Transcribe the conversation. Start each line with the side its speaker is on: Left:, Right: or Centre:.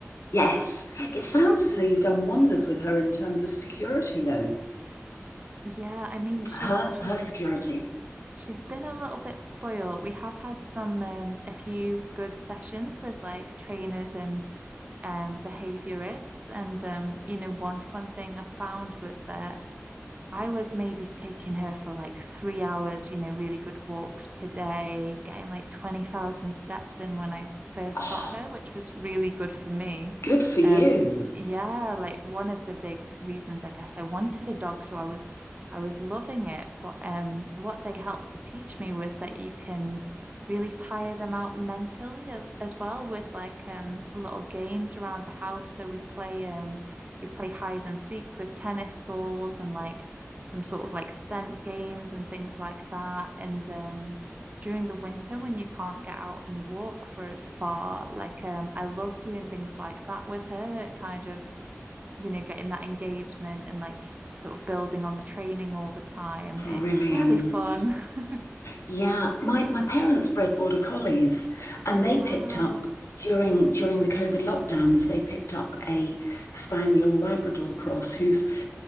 Left: Yes. It sounds as though you've done wonders with her in terms of security, though.
Right: <laughs> yeah i mean she's
Left: Her
Right: she's
Left: her security.
Right: She's been a little bit spoiled. We have had some um, a few good sessions with like trainers and um, behaviorists. And, um, you know, one fun thing I found was that I was maybe taking her for like three hours, you know, really good walks per day, getting like 20,000 steps in when I first
Left: Oh,
Right: got her, which was really good for me.
Left: good for you.
Right: Um, yeah, like one of the big reasons I guess I wanted a dog, so I was I was loving it. But um, what they helped to teach me was that you can really tire them out mentally as well with like um little games around the house. So we play um we play hide and seek with tennis balls and like some sort of like scent games and things like that. And um, during the winter, when you can't get out and walk for as far, like um, I love doing things like that with her, kind of, you know, getting that engagement and like sort of building on the training all the time.
Left: Brilliant.
Right: It's really fun. <laughs>
Left: Yeah, my my parents bred border collies, and they
Right: Wow.
Left: picked up during during the COVID lockdowns. They picked up a spaniel Labrador cross who's